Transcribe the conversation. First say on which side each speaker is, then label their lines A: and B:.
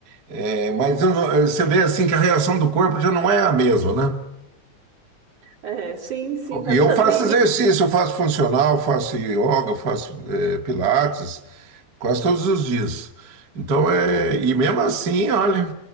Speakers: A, on the right; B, on the right.
A: é, mas eu não- você vê assim que a reação do corpo já não é a mesma, né?
B: É, sim, sim, vai
A: E
B: mudando.
A: eu faço
B: E,
A: exercício,
B: e
A: eu faço funcional, faço yoga, eu faço eh, pilates, quase todos os dias. Então é. E mesmo assim, olha.